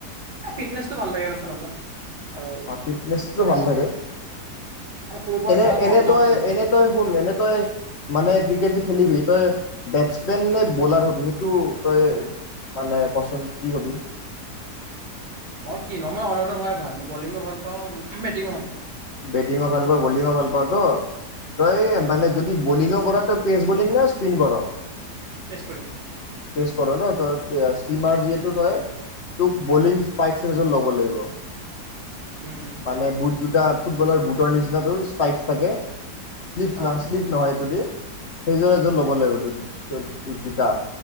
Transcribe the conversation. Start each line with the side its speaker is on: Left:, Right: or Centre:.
Right: ফিটনেছটো ভাল লাগে ৰচোন অলপ। আৰু
Left: অ ফিটনেছটো
Right: বেলেগ
Left: ভাল
Right: বাক
Left: থাকে
Right: আৰু সৰুৰ পৰা
Left: এনে
Right: খেলা নহ'ল
Left: এনে
Right: না
Left: তই
Right: খেলিম বুলি
Left: এনে তই শুন এনে তই মানে ক্ৰিকেট যে খেলিবি তই বেট্ছমেন নে বলাৰ হবি সেইটো তই মানে কচোন কি হবি।
Right: মই কি ন মই <unintelligible> হয় ভাল মই বলিঙো ভাল পাওঁ বেটিঙো ভাল পাওঁ।
Left: বেটিঙো ভাল পোৱা বলিঙো ভাল পাৱ ত তই
Right: উম
Left: মানে যদি বলিঙো কৰাটো পেজ বুলিং ন স্পিন কৰ।
Right: পেছ কৰিম।
Left: ফেচ কৰ ন, তই শ্লিমাৰ যিহেতু তই, তোক বলিং স্পাইকচত ল'ব লাগিব।
Right: উম
Left: মানে বোত <unintelligible> ফুটবলৰ বুটৰ নিচিনাটোৰ স্পাইকছ থাকে। শ্লিপ
Right: অ
Left: না শ্লিপ নহয়টোদি সেইযোৰ এযোৰ ল'ব লাগিব তোৰ তোৰ জোতা